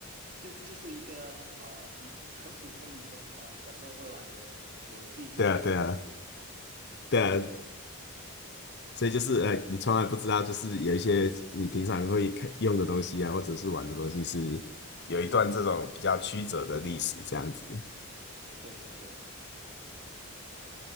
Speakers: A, on the right (about 35°); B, on the left (about 50°).
A: 就就是一个很呃一一很普通以前呃小时候会玩的游戏这样
B: 对啊，对啊，对啊，
A: 对
B: 所以就是呃，你从来不知道，就是有一些你平常会看用的东西啊，或者是玩的东西是有一段这种比较曲折的历史这样子。
A: 对对对